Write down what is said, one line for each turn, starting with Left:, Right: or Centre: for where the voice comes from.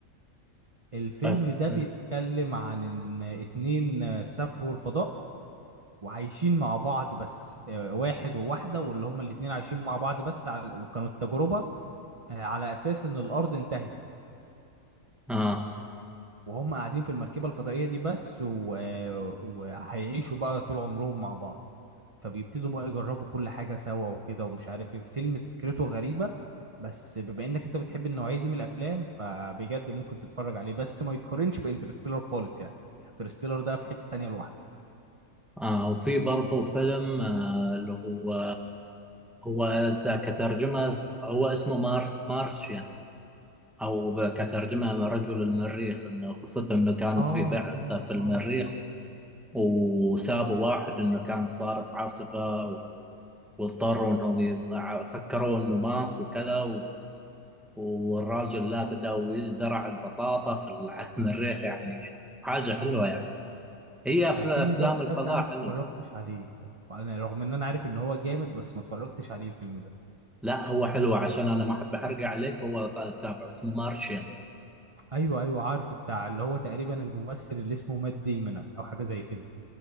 Right: الفيلم
Centre: بس
Right: ده بيتكلم عن ان اتنين آه، سافروا الفضاء وعايشين مع بعض بس آه، واحد وواحدة واللي هما الاتنين عايشين مع بعض بس على وكانوا التجربة آه، على اساس ان الارض انتهت
Centre: آه
Right: وهم قاعدين في المركبة الفضائية دي بس و... وهيعيشوا بقى طول عمرهم مع بعض فبيبتدوا بقى يجربوا كل حاجة سوا وكده ومش عارف ايه فيلم فكرته غريبة بس بما انك انت بتحب النوعية دي من الافلام فبجد ممكن تتفرج عليه بس ما يتقارنش بانترستيلر خالص يعني انترستيلر ده في حتة تانية لوحده
Centre: آه وفي برضه فيلم آه اللي هو هو ت- كترجمة هو اسمه مار مارشيان أو ب- كترجمة رجل المريخ إنه قصته إنه كانت
Right: اه
Centre: في بعثة
Right: اه
Centre: في المريخ
Right: اه آه.
Centre: وسابوا واحد إنه كان صارت عاصفة و- واضطروا إنهم يضع- فكروا إنه مات وكذا و- والراجل لا بدأ يزرع البطاطا في ال- على المريخ يعني حاجة حلوة
Right: ايوه
Centre: يعني هي أف-
Right: الفيلم
Centre: أفلام
Right: ده تصدق
Centre: الفضاء
Right: انا ما اتفرجتش
Centre: حلوة
Right: عليه وانا رغم ان انا عارف ان هو جامد بس ما اتفرجتش عليه الفيلم ده
Centre: لا هو حلو عشان انا ما احب احرق عليك هو ط- تابعه اسمه مارشين
Right: ايوه ايوه عارفه بتاع اللي هو تقريبا الممثل اللي اسمه مات ديمون او حاجه زي كده